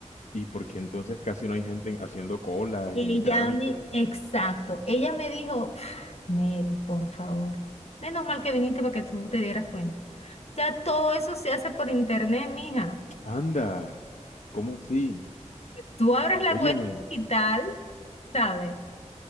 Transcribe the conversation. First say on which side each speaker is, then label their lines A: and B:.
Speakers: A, on the left; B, on the left.
A: ¿Y por qué entonces casi no hay gente haciendo colas
B: Ella
A: ni trámites?
B: me, exacto, ella me dijo, "Pf, Mary, por favor, menos mal que viniste para que tú te dieras cuenta. Ya todo eso se hace por internet, mija.
A: Anda. ¿Cómo así?
B: Tú abres la
A: Óyeme,
B: cuenta digital, ¿sabes?